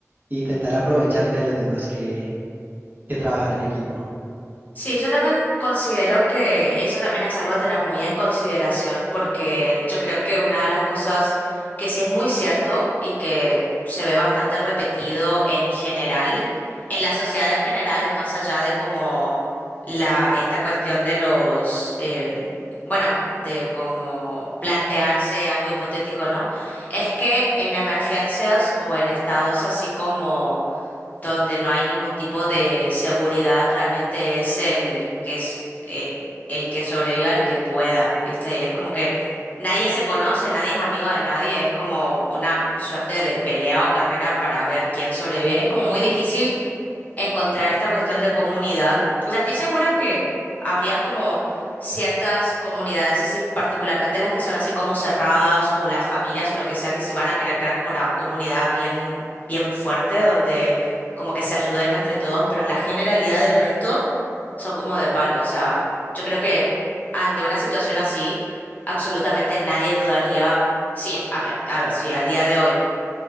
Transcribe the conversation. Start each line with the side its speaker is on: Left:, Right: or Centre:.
Right: intentar aprovecharse de los demás que, que trabajar en equipo.
Left: Sí, yo también considero que eso también es algo a tener muy en consideración, porque yo creo que una de las cosas que sí es muy cierto y que se ve bastante repetido en general, en la sociedad en general, más allá de como la, esta cuestión de los, em, bueno, de como plantearse algo hipotético, ¿no? Es que en emergencias o en estados así como donde no hay ningún tipo de seguridad, realmente es el que es eh, el que sobreviva el que pueda, ¿viste? Y es como que nadie se conoce, nadie es amigo de nadie, es como una suerte de pelea o carrera para ver quién sobrevive. Es como muy difícil encontrar esta cuestión de comunidad. O sea, estoy segura que habrían como ciertas comunidades así, particularmente las que son así como cerradas o las familias o lo que sea, que sí van a querer crear como una comunidad bien, bien fuerte donde como que se ayuden entre todos, pero en la generalidad del resto son como de palo. O sea, yo creo que ante una situación así, absolutamente nadie dudaría. Sí, a ver, a ver, sí, al día de hoy